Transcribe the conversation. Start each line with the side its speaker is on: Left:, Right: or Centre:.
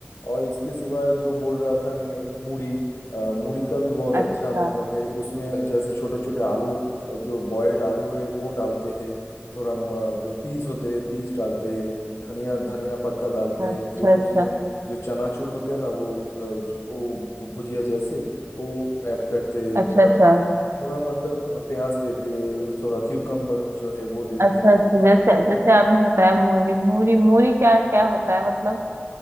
Left: और इसके सिवाय जो बोल रहा था मैं मूढ़ी अ, मूढ़ी का भी बहुत
Right: अच्छा
Left: अच्छा मतलब है उसमें जैसे छोटे छोटे आलू अ, जो बॉयल्ड आलू है वो डालते हैं थोड़ा म- अ, जो पीस होते हैं पीस डालते हैं धनिया धनिया पत्ता डालते
Right: अच्छा
Left: हैं फिर
Right: अच्छा
Left: उसमें जो चनाचूर होते हैं ना वो अ, ज- वो भुजिया जैसे वो ऐड करते हैं
Right: अच्छा
Left: थोड़ा
Right: अच्छा अच्छा
Left: थोड़ा मतलब अ, प्याज देते हैं, थोड़ा क्यूकम्बर जो है वो देते
Right: अच्छा
Left: हैं
Right: अच्छा जैसे
Left: मतलब
Right: जैसे आपने बताया मूरी मूरी मूरी क्या क्या होता है मतलब